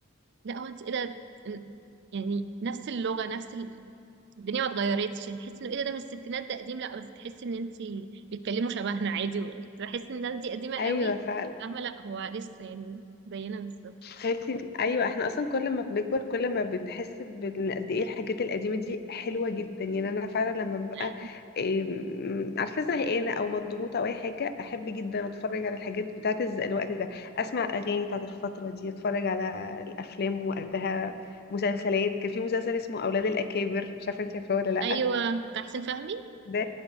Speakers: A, on the right; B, on the left.
A: لا هو انت ايه ده إن- يعني نفس اللغه نفس ال... الدنيا ما اتغيرتش تحس انه ايه ده ده من الستينات ده قديم لا بس تحس ان انت بيتكلموا شبهنا عادي بحس ان الناس دي قديمه قوي
B: ايوه فعلا
A: فاهمه لا هو لسه يعني زينا بالظبط
B: فهمتي ايوه احنا اصلا كل ما بنكبر كل ما بنحس بال- قد ايه الحاجات القديمه دي حلوه جدا يعني انا فعلا لما ببقى
A: ايوه
B: إيه، عارفه زهقانه او مضغوطه او اي حاجه احب جدا اتفرج على الحاجات بتاعت الز- الوقت ده اسمع اغاني بتاعت الفتره دي اتفرج على الافلام وقتها مسلسلات كان في مسلسل اسمه اولاد الاكابر مش عارفه انت عارفاه ولا لا
A: ايوه بتاع حسين فهمي
B: ده